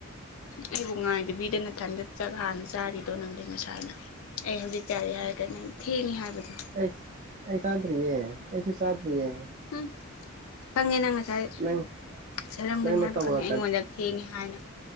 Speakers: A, on the left; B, on the right.
A: ꯑꯩꯕꯨ ꯉꯥꯏꯗꯕꯤꯗ ꯅꯊꯟꯗ ꯆꯥꯛ ꯍꯥꯟꯅ ꯆꯥꯔꯤꯗꯣ ꯅꯪꯗꯤ ꯉꯁꯥꯏꯅ꯫ ꯑꯩ ꯍꯧꯖꯤꯛ ꯆꯥꯔꯤ ꯍꯥꯏꯔꯒ ꯅꯪ ꯊꯦꯡꯉꯤ ꯍꯥꯏꯕꯗꯣ꯫
B: ꯑꯩꯁ ꯑꯩ ꯆꯥꯗ꯭ꯔꯤꯌꯦ ꯑꯩꯁꯨ ꯆꯥꯗ꯭ꯔꯤꯌꯦ꯫
A: ꯎꯝ꯫ ꯈꯪꯉꯦ ꯅꯪ ꯉꯁꯥꯏ
B: ꯅꯪ
A: ꯆꯥꯔꯝꯒꯅꯤ
B: ꯅꯪꯅ
A: ꯍꯥꯏꯕ
B: ꯀꯧꯔꯛꯀ
A: ꯈꯪꯉꯦ ꯑꯩꯉꯣꯟꯗ ꯊꯦꯡꯉꯦ ꯍꯥꯏꯅ